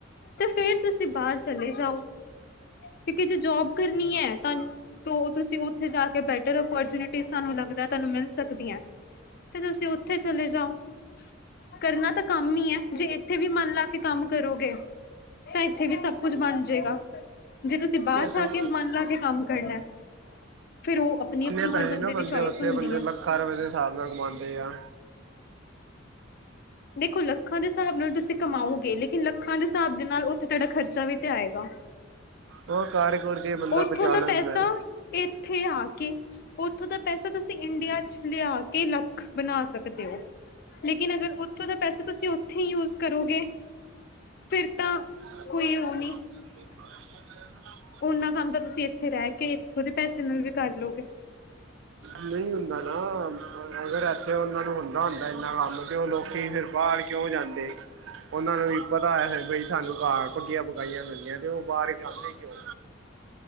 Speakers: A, on the left (about 55°); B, on the right (about 70°).
A: ਤੇ ਫੇਰ ਤੁਸੀਂ,, ਤੇ ਬਾਹਰ ਚਲੇ ਜਾਓ ਕਿਤੇ ਜੇ ਜੋਬ ਕਰਨੀ ਹੈ ਤੁਹਾਨੂੰ ਤੁਸੀਂ ਉੱਥੇ ਜਾ ਕੇ ਬੈਠੇ ਜੋ ਓਪੋਰਚੁਨਟਲੀ ਤੁਹਾਨੂੰ ਮਿਲ ਸਕਦੀਆਂ ਤੁਸੀਂ ਓਥੇ ਚਲੇ ਜਾਓ। ਕਰਨਾ ਤਾਂ ਕੰਮ ਹੀ ਹੈ ਜੇ ਇੱਥੇ ਵੀ ਮਨ ਲਾ ਕੇ ਕੰਮ ਕਰੋਗੇ। ਤਾਂ ਇੱਥੇ ਵੀ ਸਭ ਕੁਛ ਬਣ ਜਾਏਗਾ ਜੇ ਤੁਸੀਂ ਬਾਹਰ ਜਾ,,,
B: ਰਹੀ।
A: ਕੇ ਮਨ ਲਾ ਕੇ ਕੰਮ ਕਰਨਾ ਫਿਰ ਉਹ ਆਪਣੀ
B: ਕਿੰਨੇ
A: ਆਪਣੀ ਹਰ
B: ਪੈਸੇ ਨਾ ਬੰਦੇ
A: ਦੀ ਚੋਇਸ
B: ਉੱਥੇ
A: ਹੁੰਦੀ
B: ਬੰਦੇ
A: ਹੈ
B: ਲੱਖਾਂ ਰੁਪਏ ਦੇ ਹਿਸਾਬ ਨਾਲ ਕਮਾਉਂਦੇ ਆ।
A: ਦੇਖੋ ਲੱਖਾਂ ਦੇ ਹਿਸਾਬ ਨਾਲ ਤੁਸੀਂ ਕਮਾਓਗੇ ਲੇਕਿਨ ਲੱਖਾਂ ਦੇ ਹਿਸਾਬ ਦੇ ਨਾਲ ਉੱਥੇ ਤੁਹਾਡਾ ਖਰਚਾ ਵੀ ਤੇ ਆਏਗਾ।
B: ਉਹ ਕਰ ਕੁਰ ਕੇ ਬੰਦਾ
A: ਉਥੋਂ
B: ਬਚਾ
A: ਦਾ
B: ਲੈਂਦਾ
A: ਪੈਸਾ
B: ਹੈ।
A: ਇੱਥੇ ਆ ਕੇ ਉਥੋਂ ਦਾ ਪੈਸਾ ਤੁਸੀਂ ਇੰਡੀਆ ਚ ਲਿਆ ਕੇ ਲੱਖ ਬਣਾ ਸਕਦੇ ਹੋ। ਲੇਕਿਨ ਅਗਰ ਉੱਥੋਂ ਦਾ ਪੈਸਾ ਤੁਸੀਂ ਉੱਥੇ ਯੂਜ ਕਰੋਗੇ ਫਿਰ ਤਾਂ
B: <inaudible>
A: ਕੋਈ ਉਹ ਉਹਨਾਂ ਕੰਮ ਤਾਂ ਤੁਸੀਂ ਇੱਥੇ ਰਹਿ ਕੇ ਥੋੜੇ ਪੈਸੇ ਨਾਲ ਵੀ ਕਰ ਲਓਗੇ
B: ਨਹੀਂ ਹੁੰਦਾ ਨਾ ਅਗਰ ਇੱਥੇ ਉਹਨਾਂ ਨੂੰ ਹੁੰਦਾ ਹੁੰਦਾ ਇੰਨਾ ਕੰਮ ਤੇ ਉਹ ਲੋਕ ਫਿਰ ਬਾਹਰ ਕਿਉਂ ਜਾਂਦੇ ਉਹਨਾਂ ਨੂੰ ਵੀ ਪਤਾ ਹੈ ਬਈ ਸਾਨੂੰ ਘਰ ਪੱਕੀਆਂ ਪਕਾਈਆਂ ਮਿਲਦੀਆਂ ਤੇ ਉਹ ਬਾਹਰ ਜਾਂਦੇ ਕਿਉਂ